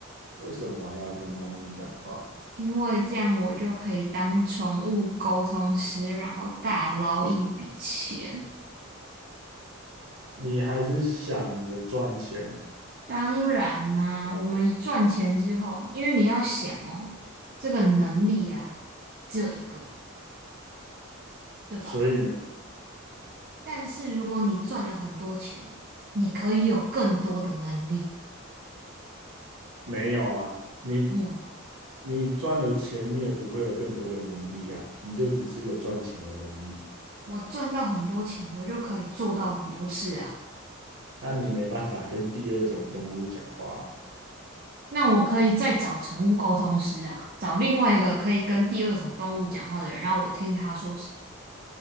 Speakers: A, on the right (about 70°); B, on the right (about 45°).
A: 为什么要跟猫咪讲话？
B: 因为这样我就可以当宠物沟通师，然后大捞一笔钱。
A: 你还是想着赚钱，
B: 当然啦、我们一赚钱之后，因为你要想哦，这个能力啊，只有一个，对吧？
A: 所以呢？
B: 但是如果你赚了很多钱，你可以有更多的能力。
A: 没有啊，你
B: 有，
A: 你赚了钱，你也不会有更多的能力啊，你就只是有赚钱的能力，
B: 我赚到很多钱，我就可以做到很多事啊。
A: 但你没办法跟第二种动物讲话啊
B: 那我可以再找宠物沟通师啊，找另外一个可以跟第二种动物讲话的人，让我听他说什么。